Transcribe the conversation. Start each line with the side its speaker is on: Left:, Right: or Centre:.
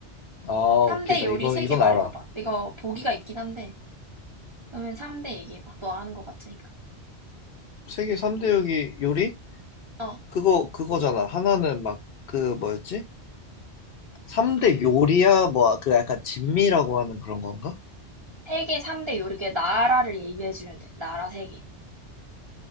Left: 아,
Right: 3대
Left: 오케이. 나
Right: 요리
Left: 이건,
Right: 세
Left: 이건
Right: 개 말해봐봐.
Left: 알아.
Right: 이거 보기가 있긴 한데, 그러면 3대 얘기해봐. 너 아는 것 같으니까.
Left: 세계 3대 요리? 요리?
Right: 어.
Left: 그거, 그거잖아. 하나는 막, 그, 뭐였지? 3대 요리야? 뭐, 그 약간 진미라고 하는 그런 건가?
Right: 세계 3대 요리계 나라를 얘기해주면 돼. 나라 세개